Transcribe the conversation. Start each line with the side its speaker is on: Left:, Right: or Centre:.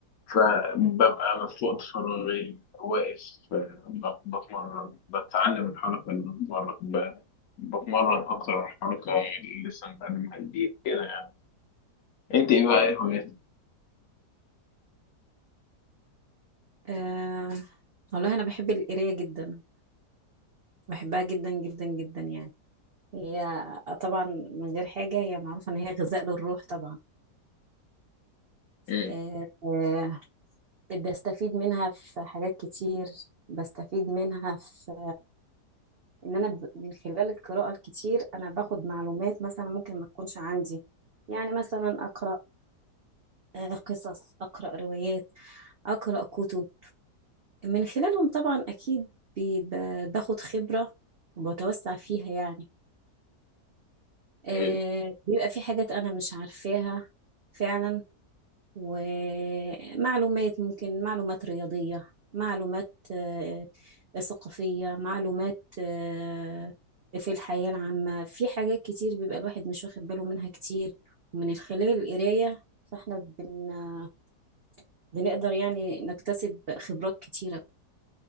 Left: فببقى مفقود فراغي واقف ب- بتمرن بتعلم الحركة اللي بتمرن ب- بتمرن أكتر الحركة اللي لسه متعلمها جديد كده يعني أنت إيه بقى إيه هواياتك؟
Right: أه والله انا بحب القرايه جدا بحبها جدا جدا جدا يعني هي طبعا من غير حاجه هي معروفه ان هي غذاء للروح طبعا
Left: أمم،
Right: أه آه، بستفيد منها في حاجات كتير بستفيد منها في ان انا ب- من خلال القراءة الكتير انا باخد معلومات مثلا ممكن ما تكونش عندي يعني مثلا اقرأ آه، قصص اقرأ روايات اقرأ كتب من خلالهم طبعا اكيد بي- ب- باخد خبرة وبتوسع فيها يعني آه،
Left: أيوه
Right: بيبقى في حاجات انا مش عارفاها فعلا ومعلومات ممكن معلومات رياضية معلومات آه، ثقافية معلومات آه، في الحياة العامة في حاجات كتير بيبقى الواحد مش واخد باله منها كتير ومن خلال القراية فاحنا بن... بنقدر يعني نكتسب خبرات كتيرة